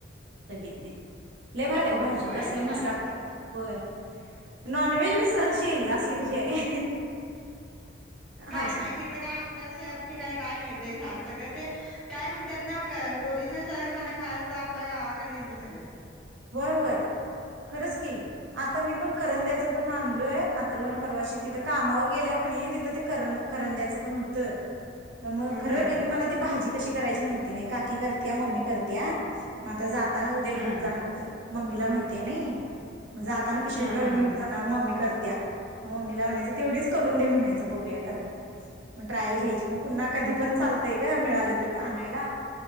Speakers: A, on the right; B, in the centre.
A: तघेतनाइ लय बनवते ग भाजी
B: होय
A: कसली
B: मग काय
A: मस्
B: माहित
A: लाकत्या
B: नाही.
A: वय नॉनवहेज बी सरशी इल असली म्हजी आहे
B: काय
A: हर्षा
B: माहिती इकडे काय आमच्या शहर ठिकाणी काय माहिती ते सागत ग ते काय म्हणतात न का ओरिजिनल सगळ खाण खायच आपल्या गावाकडनच ब सगळ
A: होय होय खरच की आता मी पण करंदयाच पण आणलय आर्थव न परवाशी तीथ कामावर गेल्याव कनी तीथ ते करन करंदयाच पण होत अ मग
B: ह
A: खरं
B: हा
A: त्यांनी मला ती भाजी कशी करायची माहीती नई काकी करतेया मंम्मी करतेया म आता जा तानू उ्या
B: हा
A: घेऊन जाणार मम्मीला माहीतीये नई जाताना पिशवीत
B: हा
A: घालून
B: हा
A: घेऊ जाणार मंम्मी करत त्या म मंम्मी ला म्हणायच तेवढीच करून दे म्हणायच बघूया करून म ट्रायल घ्यायची म पुन्हा कदीप पण चालतय ग मिळाल तर का आणायला